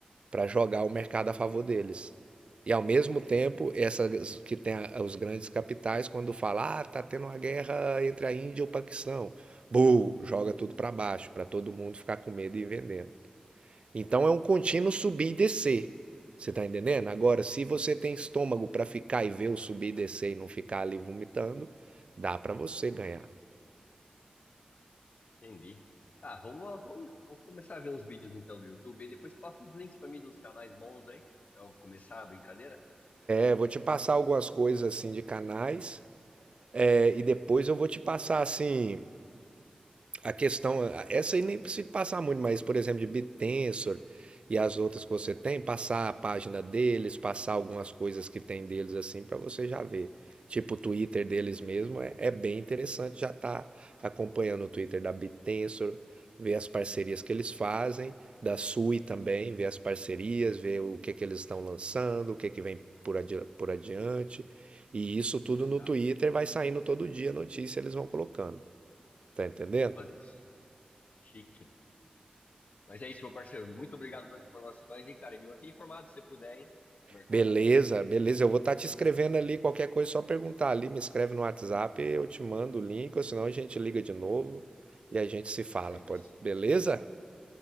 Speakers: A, on the right (about 45°); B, on the left (about 70°).
A: para jogar o mercado a favor deles. E ao mesmo
B: tá aqui.
A: tempo, essas que tem a- os grandes capitais, quando fala, ah, tá tendo uma guerra entre a Índia e o Paquistão, bu, joga tudo para baixo, para todo mundo ficar com medo e vendendo. Então é um contínuo subir e descer. Você tá entendendo? Agora, se você tem estômago para ficar e ver o subir e descer e não ficar ali vomitando, dá para você ganhar.
B: Entendi. Tá, vamos lá, vamos, vou começar a ver uns vídeos então do YouTube e depois passa os links pra mim de uns canais bons aí, pra eu começar a brincadeira.
A: Eu vou te passar algumas coisas assim de canais é, e depois eu vou te passar assim a questão, a- essa aí nem precisa passar muito, mas por exemplo, de BitTensor e as outras que você tem, passar a página deles, passar algumas coisas que tem deles assim para você já ver. Tipo o Twitter deles
B: Uhum.
A: mesmo é, é bem interessante já tá acompanhando o Twitter da BitTensor, ver as parcerias que eles fazem, da Sui também, ver as parcerias, ver o que que eles estão lançando, o que que vem por, adi por adiante. E isso tudo no
B: Tá,
A: Twitter vai saindo todo dia a notícia, eles vão colocando. Tá entendendo?
B: vou fazer isso. Chique. Mas é isso, meu parceiro. Muito obrigado pelas informações e, cara, e me mantém informado se você puder, hein? Mercado.
A: Beleza, beleza. Eu vou estar te escrevendo ali qualquer coisa, só perguntar ali, me escreve no WhatsApp, eu te mando o link, ou senão a gente liga de novo e a gente se fala,
B: É isso.
A: pode? Beleza?